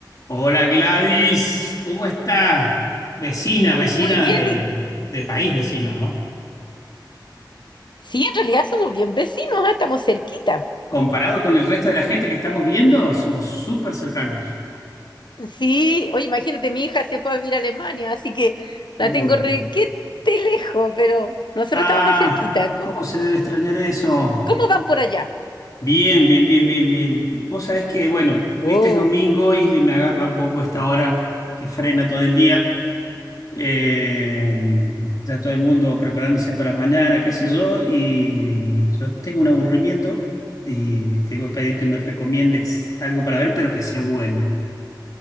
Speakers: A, on the left; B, on the left.
A: Hola Gladys, ¿cómo estás? Vecina, vecina
B: Muy bien,
A: de,
B: y
A: de- de país vecino, ¿no?
B: sí, en realidad somos bien vecinos, ah, estamos cerquita.
A: Comparado con el resto de la gente que estamos viendo, somos súper cercanos.
B: Sí, oye, imagínate, mi hija se fue a vivir a Alemania, así que la
A: Uh.
B: tengo requete lejos, pero nosotros
A: Ah,
B: estamos más cerquita. ¿Cómo,
A: ¿cómo se debe extrañar eso?
B: cómo van por allá?
A: Bien, bien, bien, bien, bien. Vos sabés que, bueno, viste
B: Oh,
A: es domingo y me agarra un poco esta hora que frena todo el día. Eh, ya todo el mundo preparándose para mañana, qué sé yo, y yo tengo un aburrimiento y te voy a pedir que me recomiendes algo para ver, pero que sea bueno.